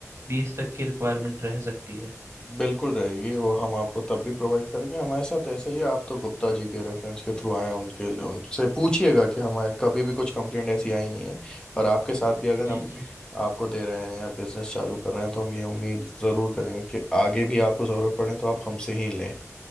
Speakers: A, on the right (about 55°); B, on the left (about 15°).
A: बीस तक की रिक्वायरमेंट रह सकती है
B: बिल्कुल रहेगी वो हम आपको तब भी प्रोवाइड करेंगे हमारे साथ ऐसा ही है आप तो गुप्ता जी के रेफरेंस के थ्रू आए हैं, उनके लिए उनसे पूछिएगा कि हमारे कभी भी कुछ कंप्लेंट ऐसी आई नहीं है और आपके साथ भी अगर
A: जी
B: हम
A: जी
B: आपको दे रहे हैं या बिजनेस चालू कर रहे हैं तो हम ये उम्मीद ज़रूर करेंगे कि आगे भी आपको ज़रूरत पड़े तो आप हमसे ही लें